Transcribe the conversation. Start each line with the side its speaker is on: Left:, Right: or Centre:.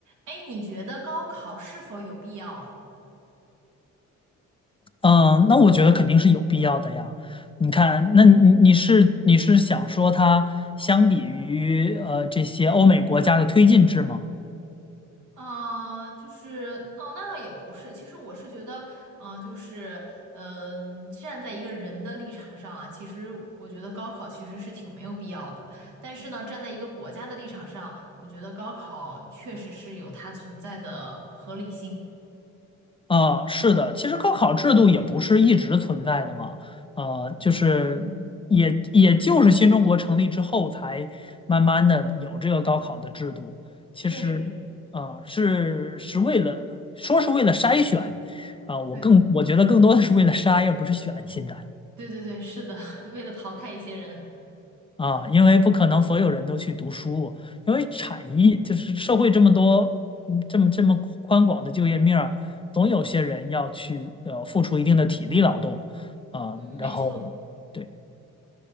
Right: 哎，你觉得高考是否有必要啊？
Left: 嗯，那我觉得肯定是有必要的呀。你看，那你你是你是想说它相比于呃这些欧美国家的推进制吗？
Right: 啊、就是哦，那倒也不是。其实我是觉得，嗯、就是嗯、站在一个人的立场上啊，其实我觉得高考其实是挺没有必要的。但是呢，站在一个国家的立场上，我觉得高考确实是有它存在的合理性。
Left: 啊、是的，其实高考制度也不是一直存在的嘛，呃，就是也也就是新中国成立之后才慢慢的有这个高考的制度。
Right: 嗯，
Left: 其实，
Right: 确实是。
Left: 啊、是是为了说是为了筛选啊、我更我觉得更多的是为了筛，
Right: 对，
Left: 而不是选现在。
Right: 对对对，是的，<laughs> 为了淘汰一些人。
Left: 啊，因为不可能所有人都去读书，因为产业就是社会这么多，嗯，这么这么宽广的就业面儿，总有些人要去呃付出一定的体力劳动啊，
Right: 嗯，没错。
Left: 然后对